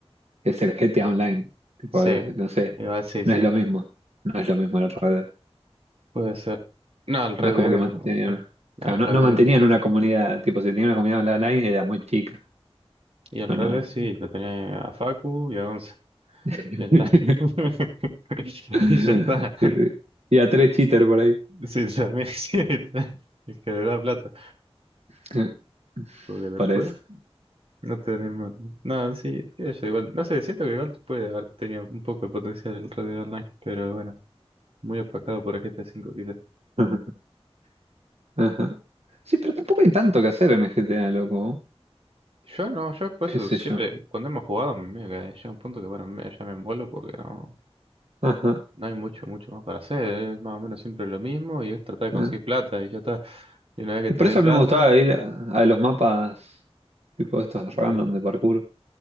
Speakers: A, on the right; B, on the right.
A: es el GTA Online. Tipo,
B: Sí,
A: eh, no sé,
B: igual sí,
A: no
B: sí.
A: es lo mismo. No es lo mismo el Red Dead.
B: Puede ser. No, el Red
A: No es como
B: Dead
A: que
B: es-
A: mantenían,
B: El
A: claro,
B: Red
A: no, no mantenían
B: Dead es distinto.
A: una comunidad, tipo, si tenían una comunidad online era muy chica.
B: Y el
A: No,
B: Red
A: no,
B: Dead
A: no.
B: sí, lo tenía a Facu y a Gonza.
A: <laughs>
B: Ya está. <laughs>
A: <laughs>
B: Y ya está.
A: Sí, sí. Y a tres cheaters por ahí.
B: Sí, también sí, está. Es que le da plata.
A: <laughs>
B: Porque después
A: Para eso.
B: no tenemos. Nada, sí, qué sé yo, igual. No sé, siento que igual puede haber tenido un poco de potencial el Red Dead Online, pero bueno, muy opacado por el GTA V quizás.
A: <laughs> Ajá. Sí, pero tampoco hay tanto que hacer en el GTA, loco.
B: Yo no, yo por
A: ¿Qué
B: eso
A: sé
B: siempre,
A: yo?
B: cuando hemos jugado, me que llega un punto que bueno, me, ya me envuelvo porque no,
A: Ajá.
B: no hay mucho, mucho más para hacer. Es más o menos siempre lo mismo y es tratar de conseguir
A: Ah.
B: plata y ya está. Y una vez
A: Y
B: que
A: por
B: tenés
A: eso
B: plata,
A: a mí me gustaba ir a, a los mapas tipo estos
B: ¿de
A: random
B: qué?
A: de parkour.